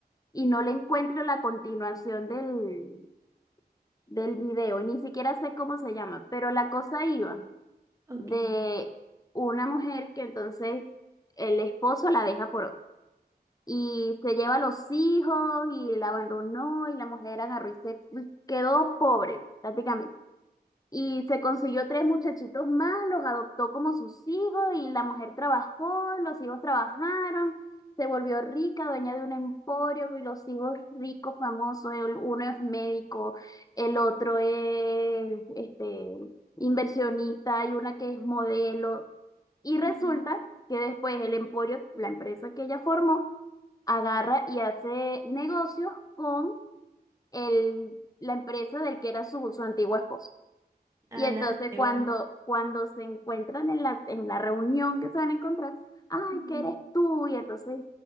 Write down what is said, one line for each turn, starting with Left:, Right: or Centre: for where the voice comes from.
Left: y no le encuentro la continuación del, del video, y ni siquiera sé cómo se llama, pero la cosa iba.
Right: ok.
Left: de una mujer que entonces el esposo la deja por otra y se lleva a los hijos y la abandonó y la mujer agarró y se quedó pobre prácticamente. Y se consiguió tres muchachitos más, los adoptó como sus hijos y la mujer trabajó, los hijos trabajaron, se volvió rica, dueña de un emporio y los hijos ricos, famosos, el- uno es médico, el otro es este, inversionista y una que es modelo. Y resulta
Right: Ujú.
Left: que después el emporio, la empresa que ella formó, agarra y hace negocios con el, la empresa del que era su, su antiguo esposo.
Right: a
Left: Y entonces
Right: la
Left: cuando,
Right: va.
Left: cuando se encuentran en la, en la reunión que se van a encontrar, ay,
Right: Ujú.
Left: ¿qué eres tú? Y entonces,